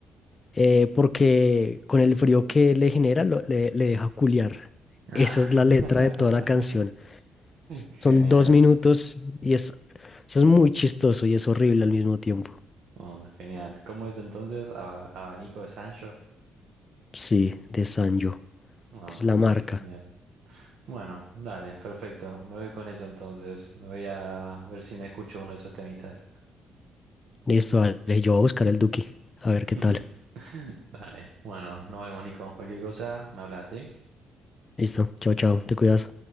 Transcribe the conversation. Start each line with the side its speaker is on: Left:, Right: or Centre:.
Left: eh, porque con el frío que le genera lo- le, le deja culiar.
Right: Ah.
Left: Esa es la letra
Right: <laughs>
Left: de toda la canción.
Right: Genial.
Left: Son dos minutos y es, eso es muy chistoso y es horrible al mismo tiempo.
Right: Oh, genial. ¿Cómo es entonces? Aba- abanico de Sancho.
Left: Sí, de Sanyo,
Right: Oh,
Left: que es la marca.
Right: genial. Bueno, dale, perfecto. Me voy con eso entonces. Me voy a ver si me escucho uno de esos temitas.
Left: Listo, vale, yo voy a buscar el Duki. A ver
Right: <laughs>
Left: qué tal.
Right: Dale. Bueno, nos vemos, Nico. Cualquier cosa, me hablas, ¿sí?
Left: Listo, chao, chao, te cuidas.